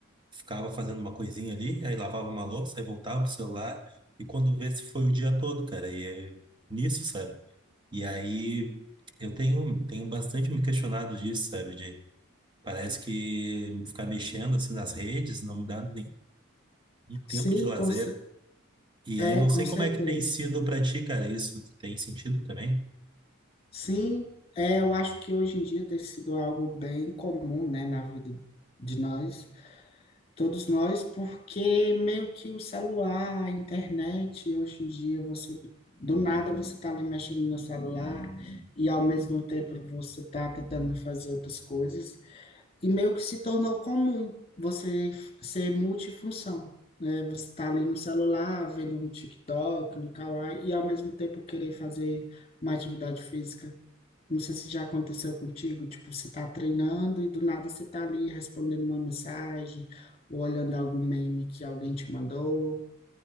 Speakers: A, on the right; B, on the left.
A: ficava fazendo uma coisinha ali, aí lavava uma louça, aí voltava pro celular, e quando vê se foi o dia todo, cara, e é nisso, sabe? E aí eu tenho, tenho bastante me questionado disso, sabe? De, parece que ficar mexendo assim nas redes não me dá nem um
B: Sim,
A: tempo de lazer.
B: com, cer-
A: E
B: é,
A: aí não
B: com
A: sei
B: certeza.
A: como é que tem sido pra ti, cara, isso. Tem sentido também?
B: Sim, é, eu acho que hoje em dia tem sido algo bem comum, né, na vida de nós, todos nós, porque meio que o celular, a internet, hoje em dia você do nada você tá ali mexendo no celular e ao mesmo tempo você tá tentando fazer outras coisas. e meio que se tornou comum você f- ser multifunção, né? Você tá ali no celular, vendo um TikTok, um Kawaii, e ao mesmo tempo querer fazer uma atividade física. Não sei se já aconteceu contigo, tipo, você tá treinando e do nada você tá ali respondendo uma mensagem, ou olhando algum meme que alguém te mandou.